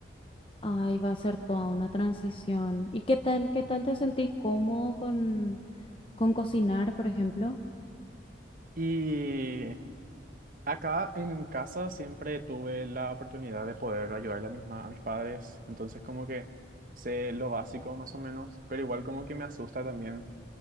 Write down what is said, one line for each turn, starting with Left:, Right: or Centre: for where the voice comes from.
Left: Ay, va a ser toda una transición. ¿Y qué tal, qué tal te sentís cómodo con, con cocinar, por ejemplo?
Right: Y Acá en mi casa siempre tuve la oportunidad de poder ayudarle a mis, ma- a mis padres, entonces como que sé lo básico más o menos, pero igual como que me asusta también